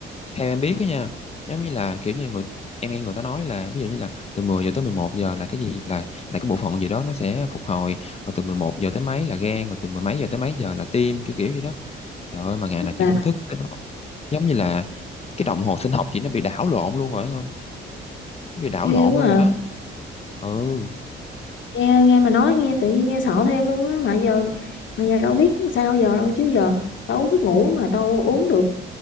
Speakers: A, on the left; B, on the left.
A: theo em biết đó nha giống như là kiểu như người em nghe người ta nói là ví dụ như là từ 10 giờ tới 11 giờ là cái gì là là cái bộ phận gì đó nó sẽ phục hồi rồi từ 11 giờ tới mấy là gan rồi từ mười mấy giờ tới mấy giờ là tim kiểu kiểu gì đó trời ơi mà ngày
B: rất
A: nào chị
B: là
A: cũng thức tới đó giống như là cái đồng hồ sinh học chị nó bị đảo lộn luôn rồi không bị đảo
B: ghê
A: lộn
B: quá
A: luôn rồi
B: à
A: đó ừ
B: nghe nghe mà nói nghe tự nhiên nghe sợ thêm luôn á mà giờ mà giờ đâu biết sao giờ đâu chứ giờ tao uống thuốc ngủ mà tao uống được